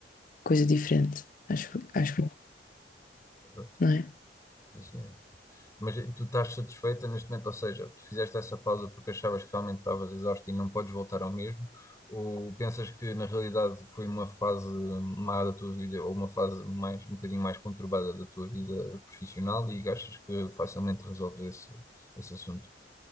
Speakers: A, on the left (about 50°); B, on the left (about 20°).
A: coisa diferente, acho,
B: é
A: acho, eu,
B: verdade.
A: não é?
B: Sim, senhor. Mas tu estás satisfeita neste momento, ou seja, tu fizeste essa pausa porque achavas que realmente estavas exausta e não podes voltar ao mesmo, ou pensas que na realidade foi uma fase má da tua vida ou uma fase mais, um bocadinho mais conturbada da tua vida profissional e achas que facilmente resolves esse, esse assunto? O